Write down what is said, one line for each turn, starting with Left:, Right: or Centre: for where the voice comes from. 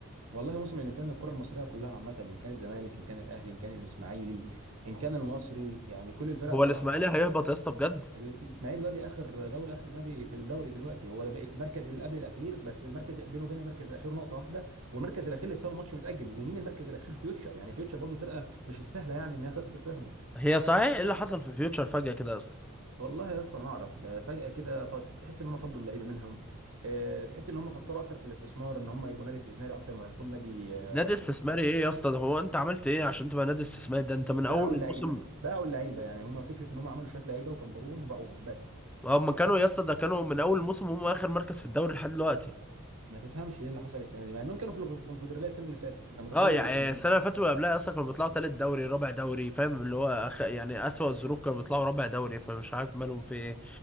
Right: والله موسم النسيان الكرة المصرية كلها عامة إن كان الزمالك إن كان الأهلي إن كان الإسماعيلي إن كان المصري يعني كل الفرق
Centre: هو
Right: بصراحة
Centre: الاسماعيلي هيهبط
Right: أداء
Centre: يا اسطى بجد
Right: الإسماعيلي دلوقتي آخر دوري آخر نادي في الدوري دلوقتي هو ده بقت المركز اللي قبل الأخير بس المركز بينه وبين المركز الأخير نقطة واحدة والمركز الأخير لسه له ماتش متأجل ومين المركز الأخير فيوتشر يعني فيوتشر برضه فرقة مش السهلة يعني إنها تست- تهبط
Centre: هي صحيح ايه اللي حصل في فيوتشر فجأة كده يا اسطى
Right: والله يا اسطى ما أعرف فجأة كده ف- تحس إن هم فضلوا اللعيبة منهم آه، تحس إن هم فكروا أكتر في الاستثمار إن هم يبقوا نادي استثماري أكتر ما يكون نادي آه،
Centre: نادي استثماري ايه يا اسطى ده هو انت عملت ايه عشان تبقى نادي استثماري ده انت من
Right: باعوا
Centre: اول
Right: اللعيبه
Centre: الموسم
Right: باعوا اللعيبه يعني هم فكره ان هم عملوا شويه لعيبه وكبروهم وباعوهم بس
Centre: هم كانوا يا اسطى ده كانوا من اول الموسم هم اخر مركز في الدوري لحد دلوقتي
Right: ما تفهمش ايه اللي حصل السنه دي مع انهم كانوا في الكونفدراليه السنه اللي فاتت انت متخيل
Centre: اه يعني
Right: ال-
Centre: السنه اللي فاتت واللي قبلها اصلا كانوا بيطلعوا تالت دوري رابع دوري فاهم اللي هو أخ... يعني اسوأ الظروف كانوا بيطلعوا رابع دوري فمش عارف مالهم في ايه